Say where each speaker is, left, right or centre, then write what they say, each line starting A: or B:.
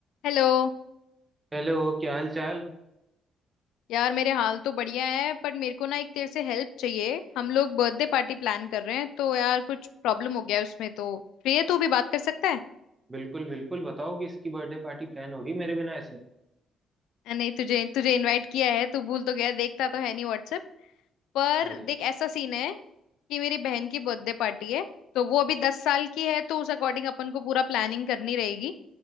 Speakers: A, on the left; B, on the right.
A: Hello
B: हेलो क्या हाल चाल
A: यार मेरे हाल तो बढ़िया है पर मेरे को ना एक तेरे से हेल्प चाहिए हम लोग बर्थडे पार्टी प्लान कर रहे हैं तो यार कुछ प्रॉब्लम हो गया है उसमें तो फ्री है तू भी बात कर सकता है
B: बिल्कुल बिल्कुल बताओ कि इसकी बर्थडे पार्टी प्लान होगी मेरे बिना ऐसे
A: अ, नहीं तुझे तुझे इनवाइट किया है तू भूल तो गया देखता तो है नहीं व्हाट्सएप पर
B: अरे
A: देख ऐसा सीन है कि मेरी बहन की बर्थडे पार्टी है तो वो अभी दस साल की है तो उस अकॉर्डिंग अपन को पूरा प्लानिंग करनी रहेगी